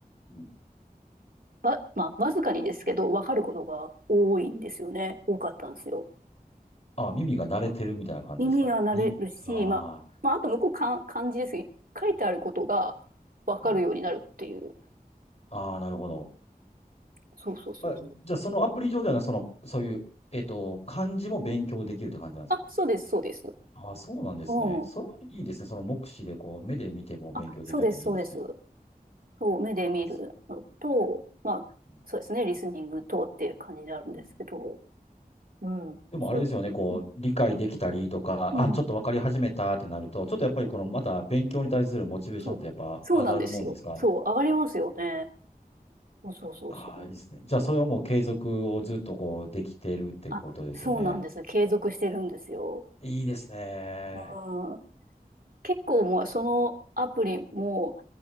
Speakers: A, on the left; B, on the right.
A: うん
B: わ、まあ、わずかにですけど、分かることが多いんですよね。多かったんですよ。
A: ああ、耳が慣れてるみたいな感じですかに、
B: 耳が慣れるし、
A: ああ。
B: まあ、まあ、あと向こうかん漢字ですけど、書いてあることが分かるようになるっていう。
A: うんああ、なるほど。
B: そうそうそうそう。
A: あ、じゃあ、そのアプリ上ではね、その、そういう、えっと、漢字も勉強できるって感じなんですか
B: あ、そうです、そうです。
A: ああ、そうなんですね。
B: うん。
A: それはいいですね。その目視で、こう、目で見ても勉強できるっていうのはいいですね。
B: あ、そうです、そうです。そう、目で見るのと、
A: ああ、そ
B: まあ、
A: う。
B: そうですね、リスニングとっていう感じであるんですけど、
A: うん、
B: うん、
A: でも、
B: それ、
A: あれですよね、こう、
B: うん、
A: 理解できたりとか、
B: うん、
A: あ、ちょっと分かり始めたってなると、ちょっとやっぱり、この、また勉強に対するモチベーションってやっぱ上がるもんですか
B: そう、そうなんですよ。そう、上がりますよね。そうそうそうそう。
A: ああ、いいですね。じゃあ、それはもう継続をずっと、こう、できてるってことですよね。
B: あ、そうなんです。継続してるんですよ。
A: いいですね。
B: うん、結構もうそのアプリも